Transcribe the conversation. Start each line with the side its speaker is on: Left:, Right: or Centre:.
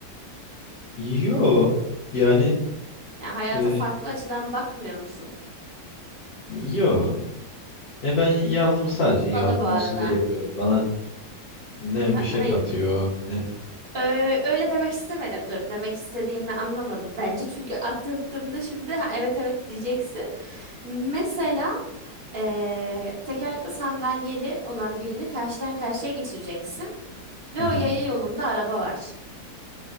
Left: Yo yani
Right: Ya hayata
Left: e,
Right: farklı açıdan bakmıyor musun?
Left: yo. E ben yardım sadece yardım
Right: Valla bu arada.
Left: olsun diye yapıyorum. Bana ne
Right: Ha-
Left: bir şey
Right: hayır.
Left: katıyor ne.
Right: Ö- öyle demek istemedim. Dur. Demek istediğimi anlamadım. Bence çünkü anlattığımda şimdi ha, evet evet diyeceksin. Mesela eee, tekerlekli sandalyeli olan birini karşıdan karşıya geçireceksin. Ve
Left: Aha,
Right: o yaya yolunda araba var.